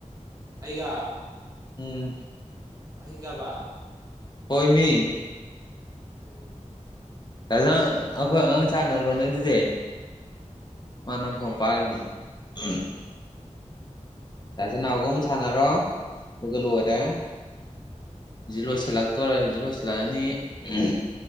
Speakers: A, on the right (about 30°); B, on the left (about 35°).
A: ꯑꯩꯒ
B: ꯎꯝ
A: ꯑꯩꯒꯕ
B: ꯍꯣꯏꯃꯤ
A: ꯎꯝ
B: <unintelligible> ꯑꯩꯈꯣꯏ ꯑꯉꯥꯡ ꯁꯥꯟꯅꯔꯣꯅꯦ ꯑꯗꯨꯗꯤ ꯃꯥꯅ ꯐꯣꯟ ꯄꯥꯏꯔꯥꯅꯤ ꯎꯝ ꯅꯆꯤꯟ ꯅꯥꯎꯗꯨ ꯃꯨꯛ ꯁꯥꯟꯅꯔꯣ ꯑꯗꯨꯒ ꯂꯣꯏꯔꯦ ꯍꯧꯖꯤ ꯂꯣꯏꯁꯤꯜꯂꯛꯇꯣꯔꯦ ꯍꯧꯖꯤꯛ ꯂꯣꯏꯁꯤꯜꯂꯛꯑꯅꯤ ꯎꯝ